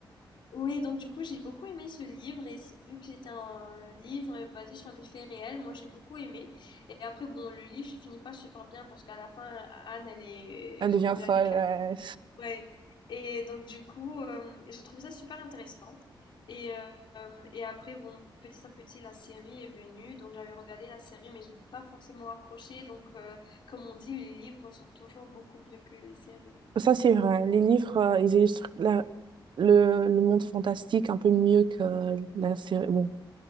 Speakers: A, on the left; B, on the right.
A: Oui, donc du coup, j'ai beaucoup aimé ce livre et c'est- vu que c'était un livre basé sur des faits réels, moi j'ai beaucoup aimé. Et après, bon, le livre se finit pas super bien parce qu'à la fin, Anne, elle est,
B: Elle devient
A: on la
B: folle.
A: décapite.
B: euh.
A: Ouais. Et donc du coup, euh, j'ai trouvé ça super intéressant. Et, euh, et après, bon, petit à petit, la série est venue. Donc j'avais regardé la série, mais j'ai pas forcément accroché. Donc euh, comme on dit, les livres sont toujours beaucoup mieux que les séries.
B: Ça c'est vrai. Les livres, euh, ils illustrent la- le, le monde fantastique un peu mieux que la série, bon,